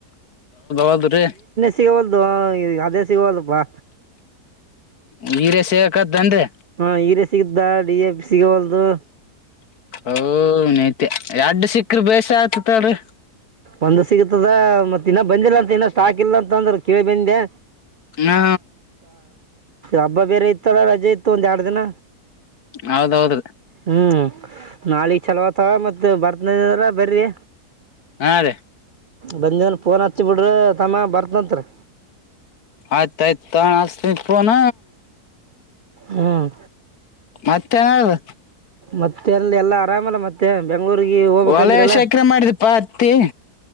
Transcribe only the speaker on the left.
ಹೌದ್ರಿ
ಹೀರ ಸೇವಕದ ಅಂದ್ರೆ
ಓ ನೈತ್ಯ ಎಡ್ಡು ಸಿಕ್ಕ್ರ ಬೇಸ ಆತತಾಡ್ರಿ
ಹಾ
ಹೌದೌದ್ರಿ
ಹಾ ರೀ
ಆಯ್ತಾಯಯ್ತು ತ ಅಸ್ತನ ೋನ
ಮತ್ತೆ ಏನದು
ಹೊಲ ಎಷ್ಟ್ ಎಕರೆ ಮಾಡಿದಪ್ಪ ಹತ್ತಿ